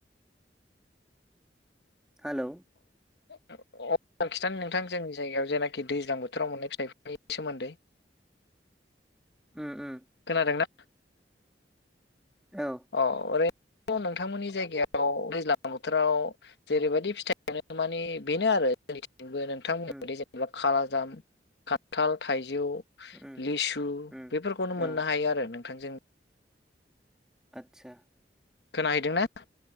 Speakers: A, on the left (about 70°); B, in the centre.
A: <inaudible>
B: हेलौ।
A: अ आं खिथानि नोंथां जोंनि जायगायाव जेनाखि दैज्लां बोथोराव मोननै फिथाइनि सोमोन्दै। <inaudible>
B: ओ ओ।
A: खोनादोंना?
B: औ
A: अ ओरै नोंथांमोननि जायगायाव दैज्लां बोथोराव जेरैबायदि फिथाइ मोनो मानि बेनो आरो जोंनिबो नोंथांमोननि
B: उम
A: बायदि जेनेबा खालाजाम खान्थाल थाइजौ।
B: उम
A: लिसु
B: उम
A: बेफोरखौनो मोननो
B: औ
A: हायो आरो नोंथांजों
B: आतसा।
A: खोनाहैदों ना?